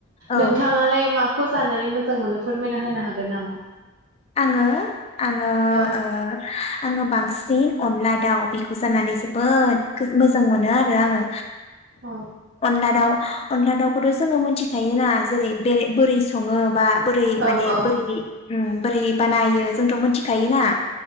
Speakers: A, on the left; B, on the right.
A: औ
B: नोंथाङालाय मा खौ जानानै मोजां मोनो फोरमायना होनो हागोन नामा?
A: आङो आङो
B: औ
A: ओ आङो बांसि सिन अनला दाउ बेखौ जानानै जोबोद गो-मोजां मोनो आरो आङो
B: औ
A: अनला दाव अनला दाउखौथ' जोङो मिथिखायो ना जेरै बेरे-बोरै सङो बा बोरै
B: औ
A: माने
B: औ
A: बोरै उम बोरै बानायो जोंथ' मिथिखायोना